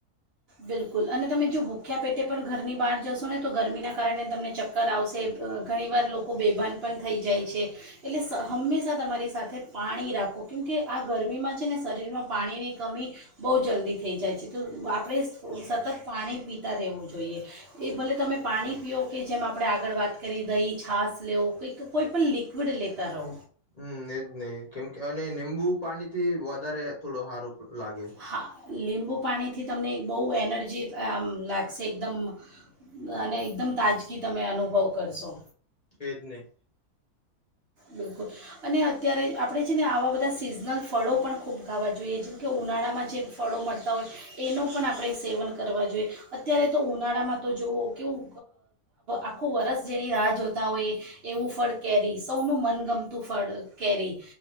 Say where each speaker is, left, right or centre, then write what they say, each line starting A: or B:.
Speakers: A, on the right; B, on the left.
A: બિલકુલ અને તમે જો ભૂખ્યા પેટે પણ ઘરની બહાર જશો ને તો ગરમીના કારણે તમને ચક્કર આવશે ઘણીવાર લોકો બેભાન પણ થઈ જાય છે એટલે હંમેશા તમારી સાથે પાણી રાખો કેમકે આ ગરમીમાં છે ને શરીરમાં પાણીની કમી બહુ જલ્દી થઈ જાય છે તો આપણે સતત પાણી પીતા રહેવું જોઈએ એ ભલે તમે પાણી પીઓ કે જેમ આપણે આગળ વાત કરી દહીં છાસ લેવ કંઈ કોઈ પણણ લિક્વિડ લેતા રહો.
B: હમ એજ ને કેમ કે અને નીબું પાણી થી વધારે થોડો સારું લાગે.
A: હા લીંબુ પાણીથી તમને બહુ એનર્જી આમ લાગશે એકદમ અને એકદમ તાજગી તમે અનુભવ કરશો.
B: એ જ ને.
A: બિલકુલ અને અત્યારે આપણે છે ને આવા બધા સિઝનલ ફળો પણ ખૂબ ખાવાં જોઈએ જેમકે ઉનાળામાં જે ફળો મળતા હોય એનું પણ આપણે સેવન કરવા જોઈએ અત્યારે તો ઉનાળામાં તો જુવઓ કેવું આખું વરસ જેની રાહ જોતા હોય એવું ફળ કેરી સ સૌનું મનગમતું ફળ કેરી